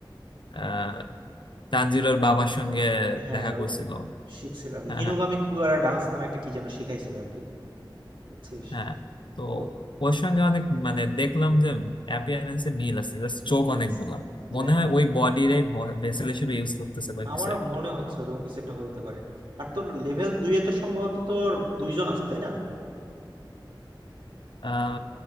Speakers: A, on the left; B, on the right.
A: আহ তানজিরোর বাবার সঙ্গে
B: হ্যাঁ
A: দেখা
B: হ্যাঁ ওই
A: করছিল
B: যে শিখছিল আর কি
A: হ্যাঁ
B: হিনুগামি
A: হ্যাঁ
B: কুগারা ডান্স নামে একটা কি যেন শিখাইছিল আর কি বুঝছিস
A: হ্যাঁ তো
B: তো
A: ওর সঙ্গে অনেক মানে দেখলাম যে অ্যাপিয়ারেন্সে মিল আছে জাস্ট চোখ
B: মিল
A: অনেকগুলা
B: আছে
A: মনে
B: রাইট
A: হয়
B: রাইট
A: ওই বডির ভেসেল হিসেবে ইউজ করতেছে বা
B: আমারও
A: কিছু একটা
B: মনে হচ্ছে ওরকম কিছু একটা হইতে পারে আর তোর লেভেল দুই এ তো সম্ভবত তোর দুইজন আছে তাই না
A: আহ